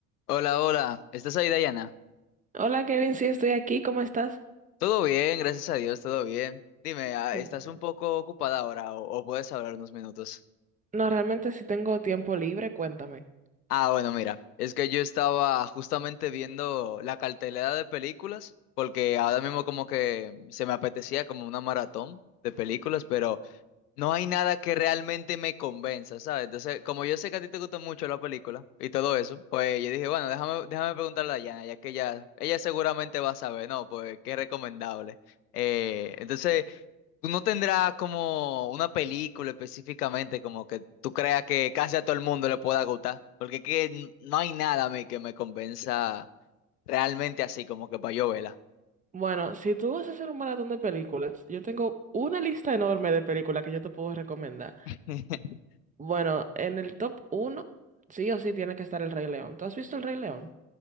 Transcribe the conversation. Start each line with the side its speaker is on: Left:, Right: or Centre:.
Left: Hola, hola. ¿Estás ahí, Dayana?
Right: Hola Kevin, sí estoy aquí, ¿cómo estás?
Left: Todo bien, gracias a Dios, todo bien. Dime, ah,
Right: bueno.
Left: ¿estás un poco ocupada ahora o, o puedes hablar unos minutos?
Right: No, realmente si tengo tiempo libre, cuéntame.
Left: Ah, bueno, mira, es que yo estaba justamente viendo la cartelera de películas, porque ahora mismo como que se me apetecía como una maratón de películas, pero No hay nada que realmente me convenza, ¿sabes? Entonces, como yo sé que a ti te gusta mucho la película y todo eso, pues yo dije, bueno, déjame, déjame preguntarle a Yana, ya que ella, ella seguramente va a saber, ¿no? Pues qué recomendable. Eh, entonces, tú no tendrás como una película específicamente como que tú creas que casi a todo el mundo le pueda gustar, porque que n- no hay nada a mí que me convenza realmente así, como que para yo verla.
Right: Bueno, si tú vas a hacer un maratón de películas, yo tengo una lista enorme de películas que yo te puedo recomendar.
Left: <laughs>
Right: Bueno, en el top uno sí o sí tiene que estar El Rey León. ¿Tú has visto El Rey León?